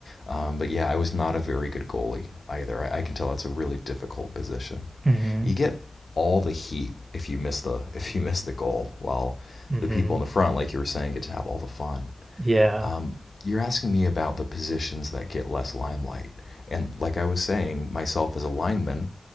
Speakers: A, on the left; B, on the right.
A: Um, but yeah, I was not a very good goalie either. I, I can tell it's a really difficult position.
B: Mhm.
A: You get all the heat if you miss the <laughs> if you miss the goal, while
B: Mhm.
A: the people in the front, like you were saying, get to have all the fun.
B: <laughs> Yeah.
A: Um, you're asking me about the positions that get less limelight. And like I was saying, myself as a lineman,